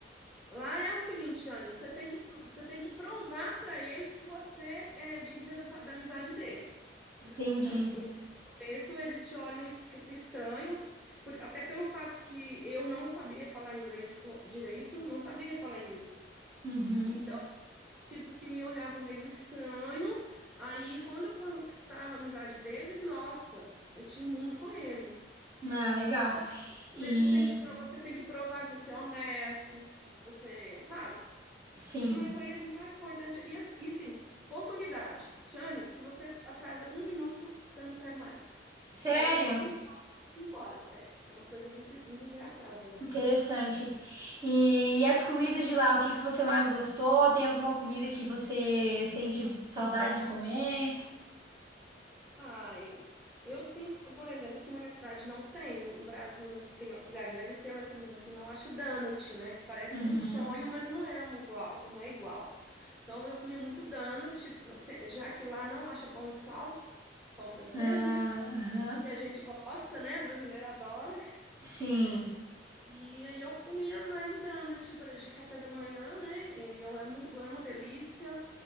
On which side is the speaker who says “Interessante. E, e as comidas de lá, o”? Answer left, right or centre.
Right